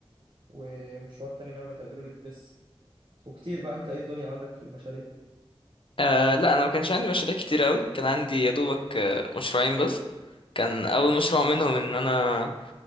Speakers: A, on the right; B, on the left.
A: ومشروع تاني نعمل هيدروليك بريس وكتير بقى انت ايه الدنيا عندك في المشاريع
B: آه لا انا ما كانش عندي مشاريع كتير قوي كان عندي يا دوبك آه، مشروعين بس كان اول مشروع منهم ان انا